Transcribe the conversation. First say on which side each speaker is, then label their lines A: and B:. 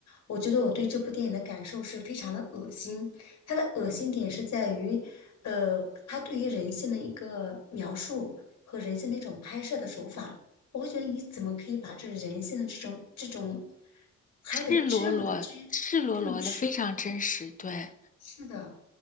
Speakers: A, on the left; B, on the left.
A: 我觉得我对这部电影的感受是非常的恶心。他的恶心点是在于，呃，他对于人性的一个描述和人性的一种拍摄的手法，我会觉得你怎么可以把这人性的这种这种拍的这么的真实这么赤裸，
B: 赤裸裸赤裸裸的非常真实，对
A: 是的，